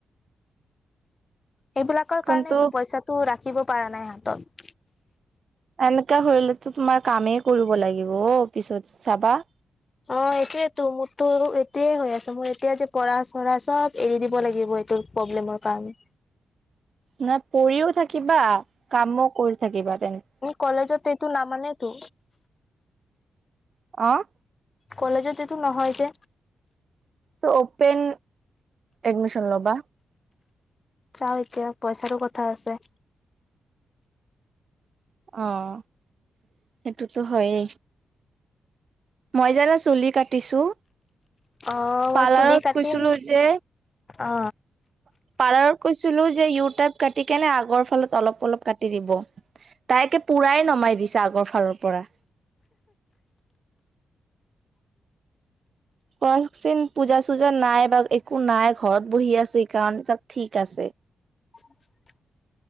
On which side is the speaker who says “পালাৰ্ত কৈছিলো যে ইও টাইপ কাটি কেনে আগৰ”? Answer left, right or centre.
Right